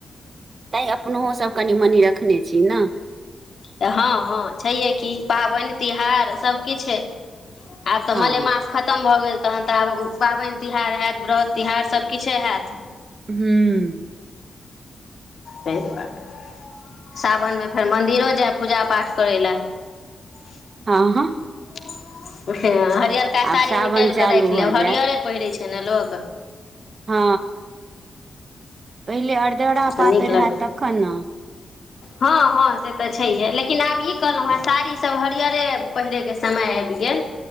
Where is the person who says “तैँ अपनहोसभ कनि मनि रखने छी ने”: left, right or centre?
Right